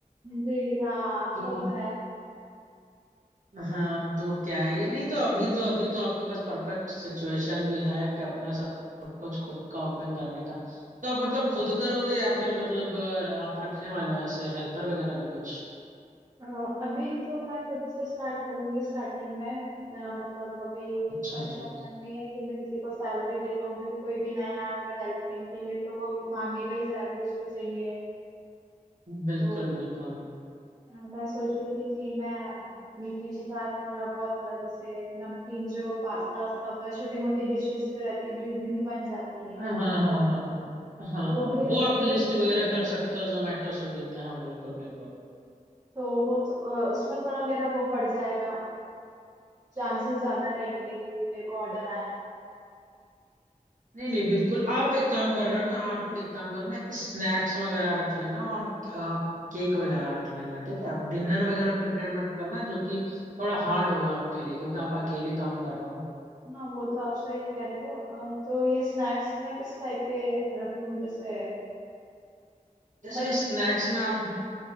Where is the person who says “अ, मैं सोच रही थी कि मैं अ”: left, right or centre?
Right